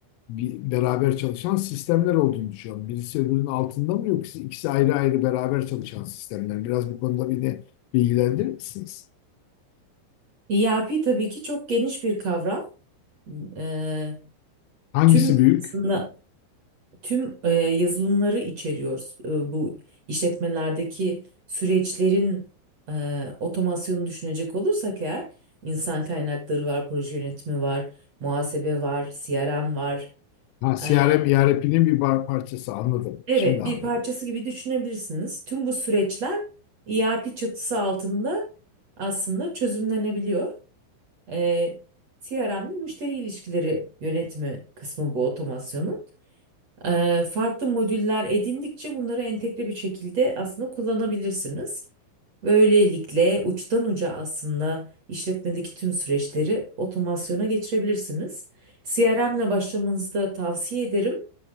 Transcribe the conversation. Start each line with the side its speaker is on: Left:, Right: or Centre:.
Left: bir, beraber çalışan sistemler olduğunu düşünüyorum. Birisi öbürünün altında mı yoksa ikisi ayrı ayrı beraber çalışan sistemler? Biraz bu konuda beni bilgilendirir misiniz?
Right: ERP tabii ki çok geniş bir kavram. E,
Left: Hangisi
Right: tüm
Left: büyük?
Right: aslında tüm e, yazılımları içeriyoruz. E, bu işletmelerdeki süreçlerin e, otomasyonunu düşünecek olursak eğer insan kaynakları var, proje yönetimi var, muhasebe var, CRM var.
Left: Ha, CRM
Right: E,
Left: ERP'nin bir bar- parçası anladım.
Right: evet,
Left: Şimdi anladım.
Right: bir parçası gibi düşünebilirsiniz. Tüm bu süreçler ERP çatısı altında aslında çözümlenebiliyor. E, CRM'li müşteri ilişkileri yönetimi kısmı bu otomasyonun. Eee, farklı modüller edindikçe bunları entegre bir şekilde aslında kullanabilirsiniz. Böylelikle uçtan uca aslında işletmedeki tüm süreçleri otomasyona geçirebilirsiniz. CRM ile başlamanızı da tavsiye ederim.